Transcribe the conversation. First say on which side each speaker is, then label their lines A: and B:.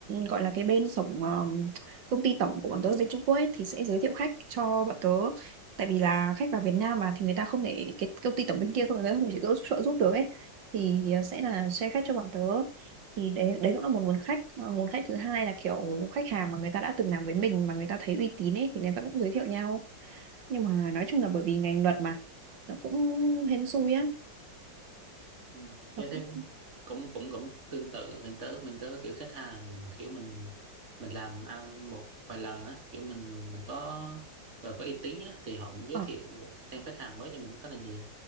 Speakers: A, on the right; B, on the right.
A: gọi là cái bên tổng ờ, công ty tổng của bọn tớ ở bên Trung Quốc ấy thì sẽ giới thiệu khách cho bọn tớ tại vì là khách vào Việt Nam mà thì người ta không thể cái công ty tổng bên kia không người ta không thể trợ giúp trợ giúp được ấy thì ờ, sẽ là share khách cho bọn tớ thì đấy đấy cũng là một nguồn khách Mà nguồn khách thứ hai là kiểu khách hàng mà người ta đã từng làm với mình mà người ta thấy uy tín ấy thì người ta cũng giới thiệu nhau nhưng mà nói
B: Ừ.
A: chung là bởi vì ngành luật mà nó cũng hên xui á
B: Ừ.
A: nó
B: Thế
A: cũng
B: thế cũng cũng cũng tương tự mình tớ mình tớ kiểu khách hàng kiểu mình mình làm ăn một vài lần á kiểu mình mình có rồi có uy tín á thì họ cũng giới
A: ờ
B: thiệu thêm khách hàng mới cho mình khá là nhiều